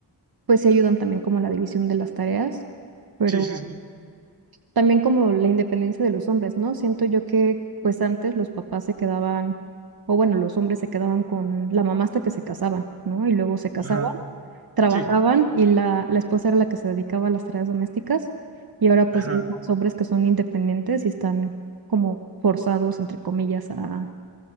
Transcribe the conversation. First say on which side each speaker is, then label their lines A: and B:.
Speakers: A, on the right; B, on the right.
A: pues sí ayudan también como a la división de las tareas, pero
B: sí, sí, sí.
A: También como la independencia de los hombres, ¿no? Siento yo que pues antes los papás se quedaban, o bueno, los hombres se quedaban con la mamá hasta que se casaban, ¿no? Y luego se casaban,
B: Ajá,
A: trabajaban
B: sí,
A: y la, la esposa era la que se dedicaba a las tareas domésticas. Y ahora pues
B: ajá,
A: ya hay más hombres que son independientes y están como forzados, entre comillas, a,